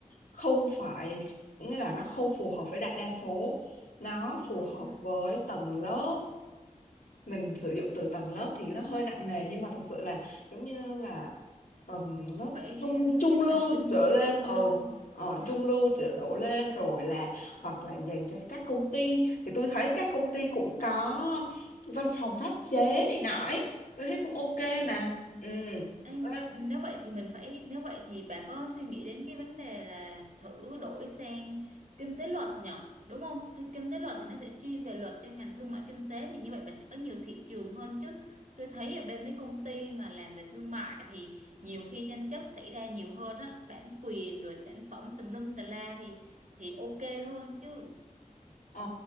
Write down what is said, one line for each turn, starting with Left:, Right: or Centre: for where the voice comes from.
Left: không phải nghĩa là nó không phù hợp với đại đa số nó phù
Right: vậy
Left: hợp
Right: hả
Left: với tầng lớp mình sử dụng từ tầng lớp thì nó hơi nặng nề nhưng mà thật sự là giống như là tầng lớp
Right: phải
Left: trung
Right: phải
Left: trung
Right: cái
Left: lưu
Right: phần kinh
Left: trở
Right: nghiệm
Left: lên
Right: chu
Left: ừ
Right: lưu hả
Left: ờ,
Right: ừ
Left: trung lưu trở- đổ lên rồi là hoặc là dành cho các công ty thì tôi thấy các công ty cũng có văn phòng pháp chế này nọ ấy. tôi thấy cũng ok
Right: à
Left: mà ừ
Right: Ê,
Left: Tôi thấy cũng-
Right: nếu vậy thì mình phải nếu vậy thì bà có suy nghĩ đến cái vấn đề là thử đổi sang kinh tế luật nhở đúng không Thế kinh tế luật thì nó sẽ chuyên về luật cho ngành thương mại kinh tế thì như vậy bà sẽ có nhiều thị trường hơn chứ tôi thấy ở bên mấy công ty mà làm về thương mại thì nhiều khi tranh chấp xảy ra nhiều hơn á bản quyền rồi sản phẩm tùm lum tà la thì thì ok hơn chứ
Left: ờ,